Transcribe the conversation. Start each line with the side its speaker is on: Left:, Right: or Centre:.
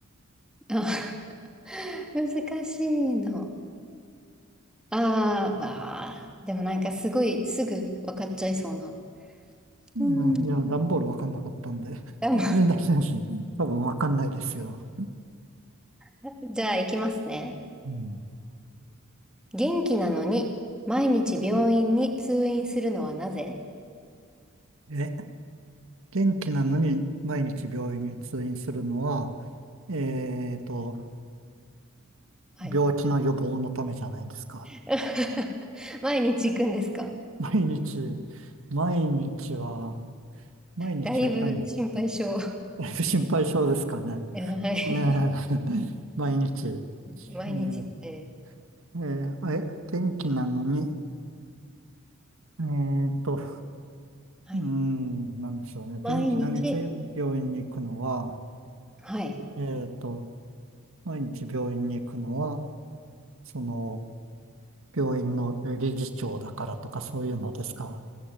Centre: あ、<laughs> 難しいの。あー、わあ。でもなんかすごいすぐ分かっちゃいそうな。
Right: うんいや、
Centre: うん。
Right: 段ボールわかんなかったんで。
Centre: でも
Right: <laughs> ね、大丈夫多分わかんないですよ。
Centre: <laughs> じゃあ、行きますね。
Right: うん。
Centre: 元気なのに、毎日病院に通院するのはなぜ
Right: え、元気なのに毎日病院に通院するのは、えーと、
Centre: はい。
Right: 病気の予防のためじゃないんですか。
Centre: <laughs> 毎日行くんですか
Right: 毎日、毎日は、毎日はいかに、
Centre: だいぶ心配性。<laughs> は
Right: <laughs> だいぶ心配性ですかね。
Centre: い。
Right: ねえ、<laughs> 毎日、
Centre: 毎日行って。
Right: ねえ、えーあえ、元気なのに、えーっと、
Centre: はい。
Right: うーん、なんでしょうね。
Centre: 毎日。
Right: 元気な日病院に行くのは、
Centre: はい。
Right: えーっと、毎日病院に行くのは、その、病院のえー理事長だからとかそういうのですか。